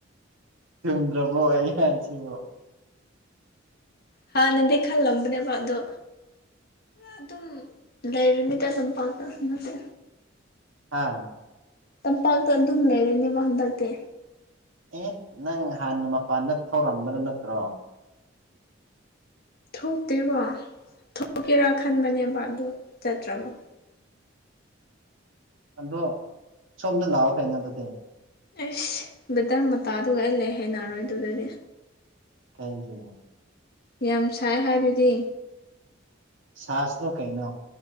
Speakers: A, on the right; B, on the left.
A: ꯆꯨꯝꯗ꯭ꯔꯕꯣ ꯑꯩ ꯍꯁꯤꯕꯣ
B: ꯍꯥ ꯅꯗꯤ ꯈ ꯂꯣꯒꯅꯦꯕꯗ ꯑꯗꯨꯝ ꯂꯩꯔꯨꯅꯤꯗ ꯑꯗꯨꯝ ꯄꯥꯡꯇ ꯅꯠꯇꯦ
A: ꯑꯥ
B: ꯇꯝꯄꯥꯛꯇ ꯑꯗꯨꯝ ꯂꯩꯔꯅꯦꯕ ꯍꯟꯗꯛꯇꯤ
A: ꯑꯦ ꯅꯪ ꯍꯥꯟꯅ ꯃꯄꯥꯟꯗ ꯊꯧꯔꯝꯕꯗ ꯅꯠꯇ꯭ꯔꯣ
B: ꯊꯣꯛꯇꯦꯕ ꯊꯣꯛꯀꯦꯔꯥ ꯈꯟꯕꯅꯦꯕ ꯑꯗꯨ ꯆꯠꯇ꯭ꯔꯕꯣ
A: ꯑꯗꯣ ꯁꯣꯝꯗ ꯂꯥꯛꯑꯣ ꯀꯩꯅꯣ ꯑꯗꯨꯗꯤ
B: ꯑꯦꯁ ꯕꯦꯇꯔ ꯃꯇꯥꯗꯨꯒ ꯑꯩ ꯂꯩ ꯍꯅꯔꯣꯏ ꯑꯗꯨꯗꯗꯤ
A: ꯀꯩꯖ
B: ꯌꯥꯝ ꯁꯥꯏ ꯍꯥꯏ ꯑꯗꯨꯗꯤ
A: ꯁꯥꯁꯅꯣ ꯀꯩꯅꯣ